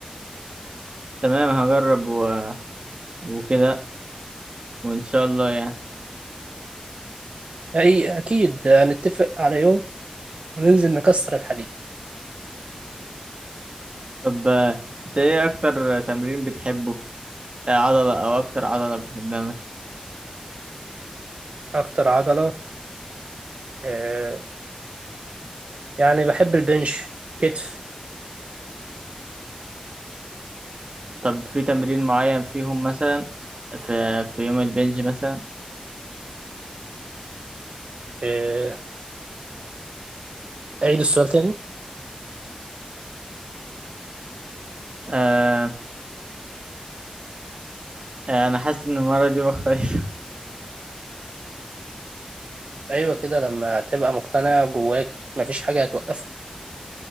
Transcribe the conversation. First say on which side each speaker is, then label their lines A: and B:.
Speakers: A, on the right (about 45°); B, on the right (about 65°).
A: تمام هجرب و... وكده وإن شاء الله يعني
B: اي اكيد هنتفق على يوم وننزل نكسر الحديد
A: طب آه، أنت إيه أكتر تمرين بتحبه آه، عضلة أو أكتر عضلة بتحبها مثلا
B: اكتر عضلة آه، يعني بحب البنش كتف
A: طب في تمرين معين فيهم مثلا في في يوم البنج مثلا
B: آه، اعيد السؤال تاني
A: آه... آه، أنا حاسس إن المرة دي مختلفة
B: ايوه كده لما تبقى مقتنع جواك مفيش حاجة هتوقفك